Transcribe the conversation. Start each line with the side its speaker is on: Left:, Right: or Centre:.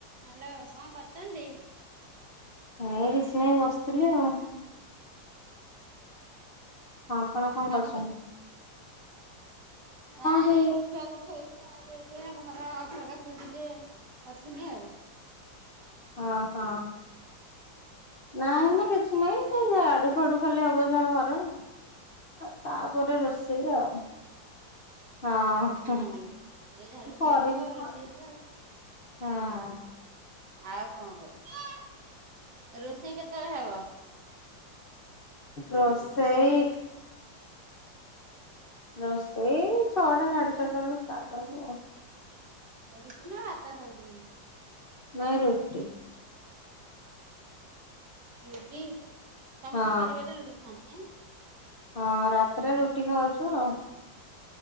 Right: Hello କଣ କରୁଚନ୍ତି?
Left: ଏଇ କିଛି ନାଇ ବସିଥିଲି ଆଉ। ହଁ ଆପଣ
Right: ତ
Left: କଣ
Right: କାମ
Left: କରୁଚନ୍ତି?
Right: ନାଁ
Left: ସେ
Right: ଏଇ ଛୁଆକୁ ଖୋଇ ଧୁଆଧୁଇ କିନା ଘର ଖରକା ଖୁରିକିରେ ଅଛନି ଆଉ।
Left: ହଁ ହଁ ନା
Right: ଆଉ କଣ
Left: ନା କିଛି ନାଇଁ ତାଲେ ଝାଡୁ ଫାଡୁ କଲେ ହବ ଯାହା ଘର। ଆଉ ତାପରେ ରୋଷେଇ ଆଉ। ହଁ
Right: ହଁ। ଝାଡୁ
Left: ଏ କରିନି
Right: ଫାଡୁ ହବ ରୋଷେଇ
Left: କରିବି।
Right: ହବ
Left: ହଁ।
Right: ଆଉ କଁ କରିବି ରୋଷେଇ କେତେବେଳେ ହବ?
Left: ରୋଷେଇ ରୋଷେଇ ଛଅଟା ସାଢେ ଛଅଟା ବେଳକୁ ଷ୍ଟାର୍ଟ ହବ ଆଉ।
Right: ରୁଟି ନା ଭାତ ଖାଉଚନ୍ତି?
Left: ନାଇ ରୁଟି।
Right: ରୁଟି ସମସ୍ତେ
Left: ହଁ
Right: ପରିବାରରେ ରୁଟି ଖାଆନ୍ତି ଏ?
Left: ହଁ ରାତିରେ ରୁଟି ଖାଉଛୁ ଆଉ।